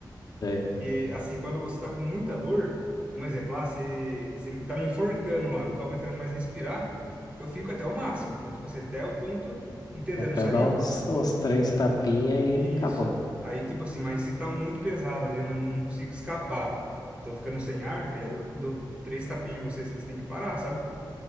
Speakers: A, on the left; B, on the right.
A: <laughs> Sei.
B: Que, assim, quando você está com muita dor, um exemplo, lá, você, você tá me enforcando lá, não tô aguentando mais respirar, eu fico até o máximo. Então, tipo assim, até o ponto e tentando
A: Até
B: sair.
A: dar uns, uns três tapinhas
B: Isso.
A: e acabou.
B: Aí, tipo assim, mas se tá muito pesado ali, eu não, não consigo escapar, tô ficando sem ar, aí eu dou, dou três tapinhas em você, assim, você tem que parar, sabe?